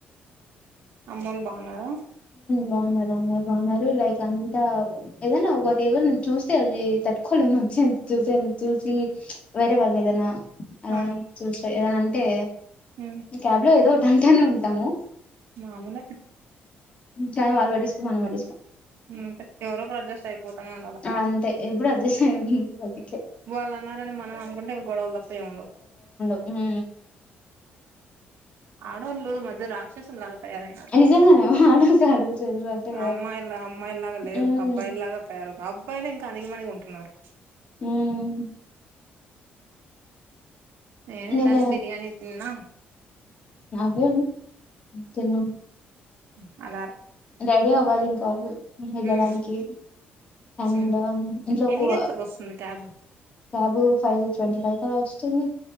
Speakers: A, on the right (about 80°); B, on the left (about 30°).
A: అమ్మోలు బాన్నార
B: బావున్నారు అందరూ బావున్నారు లైక్ అంతా ఏదనా ఒకటి ఏవ చూస్తే అది తట్టుకోలేము చూసేంత చూసి వేరే వాళ్ళని ఏదైనా అద
A: ఆ
B: చూ సే ఏద టె
A: హ్మ్.
B: క్యాబ్ లో ఏదో వెంటేనే ఉంటాము
A: మాములు
B: చాయ వాళ్ళ వాడిటిసుకో మనం వాడిసుకో
A: అంతే ఎవరు ఒకరు అడ్జస్ట్ అయిపోతానే ఉండాలి
B: అంతే ఎప్పుడు అడ్జస్ట్ అయ్యే బతికే
A: వాళ్ళు అన్నారని మనం అనుకుంటే ఇ గొడవలు తప్ప ఏం ఉండవు
B: హ్మ్మ్
A: ఆడోళ్లు ఈ మధ్య రక్ష లాగా తయారయినరు
B: నిజంగానే వానకి ఆడోళ్ళ చేతులు అంటే
A: అమ్మాయిలు అమ్మాయిలాగా లేరు
B: హ్మ్
A: అబ్బాయిలాగా తయారవుతున్నారు అబ్బాయిలు ఇంకా అనిగి మనిగి ఉంటున్నారు
B: హ్మ్మ్
A: నేను
B: నిన్న
A: ఇందగా బిర్యానీి తిన్న
B: <inaudible> అగు తిన్న
A: అద
B: రెడీ అవ్వాలి ఇంకా వెళ్ళడానికి
A: ఉమ్
B: అండ్
A: ఉమ్
B: ఇంట్లో ఒక
A: ఎన్ని గంటలకు వస్తుంది క్యాబ్
B: క్యాబ్ ఫైల్ ట్వంటీ ఫైవ్ కలా వస్తుంది